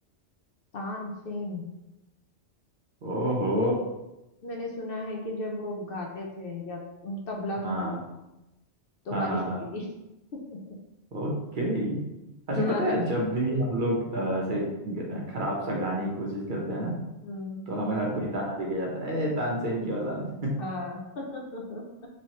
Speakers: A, on the left; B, on the right.
A: तानसेन
B: ओहो
A: मैंने सुना है कि जब वो गाते थे या तबला
B: हाँ
A: था ना तो
B: हाँ
A: बारिश
B: हाँ हाँ
A: होती थी <laughs>
B: ओके अच्छा
A: यहाँ
B: पता
A: तक
B: है
A: सुना
B: जब भी हम लोग अह, ऐसे ग- खराब सा गाने की कोशिश करते हैं ना
A: हम्म
B: तो हमें हर कोई ताना देके जाता है ए तानसेन की औलाद
A: हाँ <laughs>